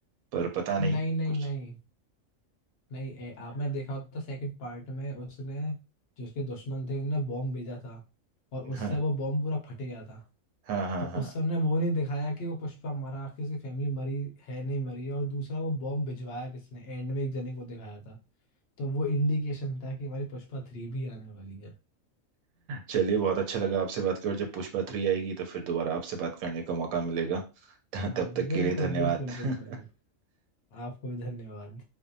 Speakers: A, on the right; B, on the left.
A: पर पता नहीं
B: नहीं नहीं
A: कुछ
B: नहीं नहीं ए, आपने देखा होता सेकंड पार्ट में उसने जो उसके दुश्मन थे उनने बॉम्ब भेजा था और उससे
A: हाँ
B: वो बॉम्ब पूरा फट गया था
A: हाँ हाँ
B: तो
A: हाँ
B: उससे उन्हें वो नहीं दिखाया कि वो पुष्पा मरा कि उसकी फैमिली मरी है नहीं मरी है और दूसरा वो बॉम्ब भिजवाया किसने एंड में एक जने को दिखाया था तो वो इंडिकेशन था कि हमारी पुष्पा थ्री भी आने वाली है
A: चलिए बहुत अच्छा लगा आपसे बात कर और जब पुष्पा थ्री आएगी तो फिर दोबारा आपसे बात करने का मौका मिलेगा <laughs> तब
B: हाँ
A: तक
B: बिल्कुल
A: के लिए धन्यवाद
B: बिल्कुल बिल्कुल
A: <laughs>
B: आपको भी धन्यवाद